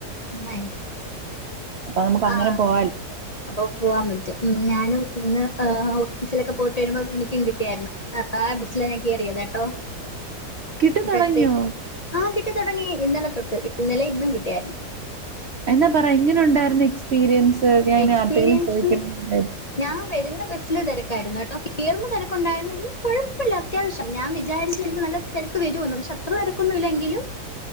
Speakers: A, on the left (about 30°); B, on the right (about 65°).
A: ആ
B: നമുക്ക് അങ്ങനെ
A: ആ
B: പോവാലോ
A: അപ്പൊ പോവാൻ പറ്റും ഞാനും ഇന്ന് ഓഫീസിലൊക്കെ പോയിട്ട് വരുമ്പോ എനിക്ക് ക്കും കിട്ടിയായിരുന്നു ആ ബസില ഞാൻ കയറിയത് കേട്ടോ
B: കിട്ടി
A: അപ്പോഴത്തേക്ക്
B: തുടങ്ങിയോ
A: ആ കിട്ടി തുടങ്ങി ഇന്നലെ തൊട്ട് ഇന്നലെ ഇന്നും കിട്ടിയായിരുന്നു
B: എന്നാ പറ എങ്ങനെ ഉണ്ടായിരുന്നു എക്സ്പീരിയൻസ് ഞാൻ
A: എക്സ്പീരിയൻസ്
B: ആരുടെയെങ്കിലും ചോദിക്കണം എന്ന് വിചാരിച്ചു
A: ഞാൻ വരുന്ന ബസില് തിര ക്കായിരുന്ന് കേട്ടോ കേയറമ്പ തിരക്കുണ്ടായിരുന്നെങ്കിലും കുഴപ്പമില്ല അത്യാവശ്യം ഞാൻ വിച്ചിരുന്നു ചുമ്പോ നല്ല തിരക്ക് വരുമെന്നു പക്ഷെ അത്ര തിരക്കൊന്നും ഇല്ലെങ്കിലും